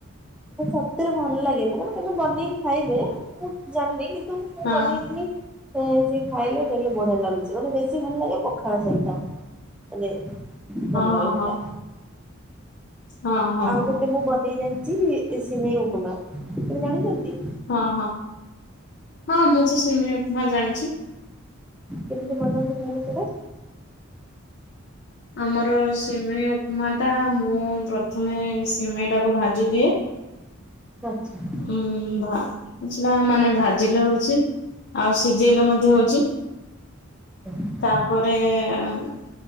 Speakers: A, in the centre; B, on the left (about 50°).
A: ସତରେ ଭଲ ଲାଗେ ନା ଏଲେ ବନେଇକି ଖାଇବେ ମୁଁ ଜାଣିନି କିନ୍ତୁ ମୁଁ
B: ହଁ
A: ବନେଇଥିଲି ସେ ସେ ଖାଇଲେ କହିଲେ ବଢିଆ ଲାଗୁଛି ମାନେ ବେଶୀ ଭଲ ଲାଗେ ପଖାଳ ସହିତ ମାନେ ଭଲ
B: ହଁ
A: ଲାଗେ ସେଟା
B: ହଁ ହଁ ହଁ ହଁ
A: ଆଉ
B: ହଁ
A: ଗୋଟେ ମୁଁ ବନେଇ ଜାଣି ଚି ଏ ସିିମେଇ ଉପମା। ଆପଣ ଜାଣିଚନ୍ତି?
B: ହଁ ହଁ ହଁ ମୁଁ ତ ସିମେଇ ଉପମା ଜାଣିଛି।
A: କେମିତି ବନାନ୍ତି ତାହେଲେ ସେଇଟା?
B: ଆମର ସିମେଇ ଉପମା ଟା ମୁଁ ପ୍ରଥମେ ସିମେଇ ଟାକୁ ଭାଜି ଦିଏ।
A: ପଛ୍ <unintelligible>
B: ଉଁ ମା ସେଟା ମାନେ ଭାଜିଲେ ହଉଚି ଆଉ ସିଜେଇଲେ ମଧ୍ୟ ହଉଚି।
A: ଉଁ ହୁଁ।
B: ତାପରେ ଏ ମ୍